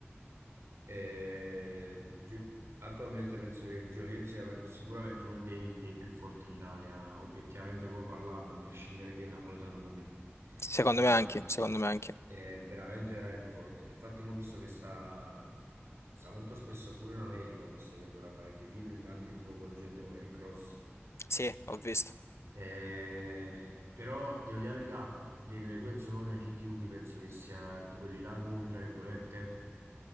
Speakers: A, on the right; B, on the left.
A: E Gio- attualmente penso che Geolier sia ver- sicuramente uno dei, dei più forti in Italia, obiettivamente proprio parlando, a prescindere che è napoletano come me,
B: Secondo
A: ma
B: me anche, secondo me anche.
A: è veramente, veramente forte. Infatti, mo ho visto che sta, sta molto spesso pure in America, ho visto che dovrà fare dei featuring anche tipo con gente come Rick Ross.
B: Sì, ho visto.
A: Eh, però devo dire la verità, delle due zone, Kid Yugi penso che sia di quelli là nuovi, fra virgolette,